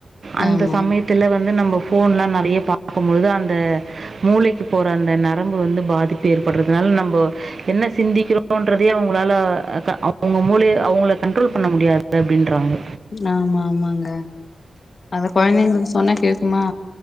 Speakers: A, on the right; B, on the left.
A: அந்த
B: ஆமா
A: சமயத்துல வந்து நம்ம ஃபோன்லா நெறைய பாக்கும் பொழுது அந்த மூளைக்குப் போற அந்த நரம்பு வந்து பாதிப்பு ஏற்பட்றதனால நம்போ என்ன சிந்திக்கிறோன்றதயே அவுங்களால க அவுங்க மூலிய அவுங்கள கண்ட்ரோல் பண்ண முடியாது அப்டின்றாங்க
B: ஆமா ஆமாங்க அத கொழந்தைங்களுக்கு சொன்னா கேக்குமா